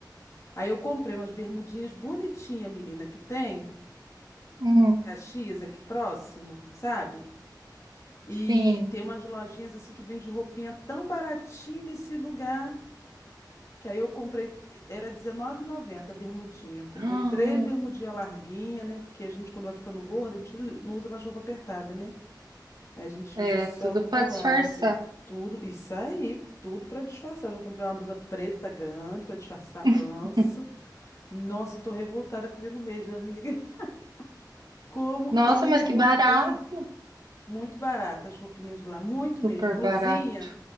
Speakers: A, on the left; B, on the right.
A: Aí eu comprei umas bermudinhas bonitinhas, menina, que tem.
B: hum.
A: em Caxias, aqui próximo, sabe? E
B: Sim.
A: tem umas lojinhas assim que vende roupinha tão baratinha nesse lugar, que aí eu comprei, era R$19,90 a bermudinha. Eu comprei
B: Ah,
A: três bermudinhas larguinha, né? Porque a gente, quando vai ficando gorda, a gente não usa mais roupa apertada, né? Aí A gente
B: É,
A: usa só
B: tudo
A: roupa
B: para disfarçar.
A: larga, tudo, isso aí, tudo para disfarçar. Já comprei uma blusa preta grande para disfarçar a
B: <laughs>
A: pança. Nossa, tô revoltada comigo mesma, amiga. <laughs> Como
B: Nossa,
A: eu engordei.
B: mas que barato.
A: Muito barato as roupinhas lá, muito
B: Super
A: mesmo. Blusinha,
B: barato.